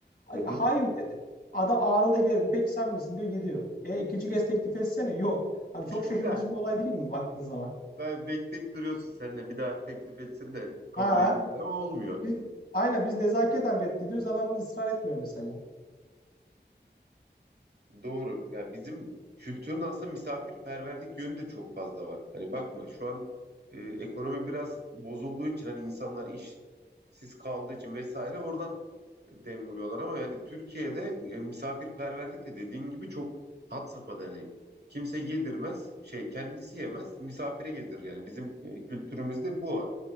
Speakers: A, on the left (about 55°); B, on the right (about 65°).
A: Ay,
B: hı hı.
A: hayır mı dedi. Adam anında geldi. Peki sen bilirsin diyor gidiyor. E ikinci kez teklif etsene. Yok. Hani çok
B: <laughs>
A: şaşırtıcı bir olay değil mi baktığın zaman?
B: Ben bekleyip duruyorsun sen de bir daha teklif etsin de kabul
A: Ha.
B: edeyim ama olmuyor.
A: Biz, aynen biz nezaketen reddediyoruz. Adam biz ısrar etmiyor mesela.
B: Doğru. Yani bizim kültürün aslında misafirperverlik yönü de çok fazla var. Hani bakma şu an e, ekonomi biraz bozulduğu için hani insanlar işsiz kaldığı için vesaire oradan dem vuruyorlar ama yani Türkiye'de e, misafirperverlik de dediğin gibi çok had safhada yani. Kimse yedirmez, şey kendisi yemez, misafire yedirir yani. Bizim e, kültürümüzde bu var.